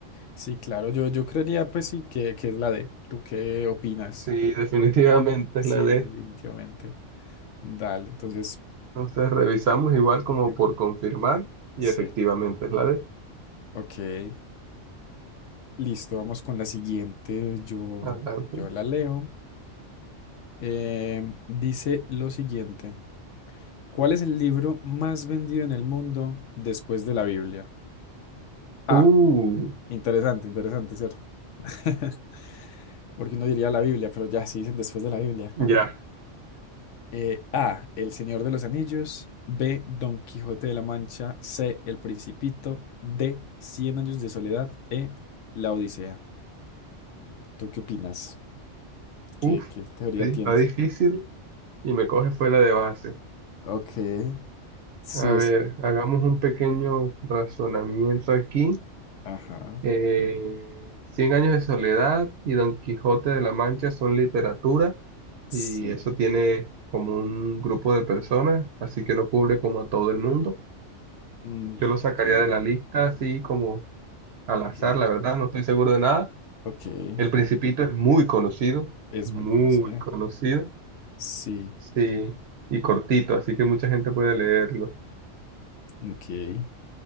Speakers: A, on the left; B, on the right.
A: Sí, claro, yo, yo creería pues sí que, que es la D. ¿Tú qué opinas
B: Sí, <laughs> definitivamente
A: Sí,
B: es la D.
A: definitivamente. Dale, entonces,
B: Entonces revisamos igual como
A: Sí.
B: por confirmar y
A: sí,
B: efectivamente es la D.
A: ok. Listo, vamos con la siguiente. Yo,
B: Adelante.
A: yo la leo. Em, dice lo siguiente. ¿Cuál es el libro más vendido en el mundo después de la Biblia? Ah,
B: Uh,
A: interesante, interesante, ¿cierto? <laughs> Porque uno diría la Biblia, pero ya sí dicen después de la Biblia. ¿cómo?
B: ya.
A: Eh, A, El Señor de los Anillos. B, Don Quijote de la Mancha. C, El Principito. D, Cien Años de Soledad. E, La Odisea. ¿Tú qué opinas? ¿Qué,
B: Uf,
A: qué teoría
B: di-
A: tienes?
B: está difícil y me coge fue la de base.
A: Ok, sí
B: A ver,
A: es.
B: hagamos un pequeño razonamiento aquí.
A: Ajá,
B: Eh, Cien años de soledad y Don Quijote de la Mancha son literatura
A: sí.
B: y eso tiene como un grupo de personas, así que no cubre como a todo el mundo.
A: Mm,
B: Yo lo sacaría
A: ok,
B: de la lista así como al
A: ok,
B: azar, la verdad, no estoy seguro de nada.
A: ok.
B: El Principito es muy conocido,
A: Es
B: muy
A: muy conocida.
B: conocido,
A: Sí,
B: sí, y cortito, así que mucha gente puede leerlo.
A: ok.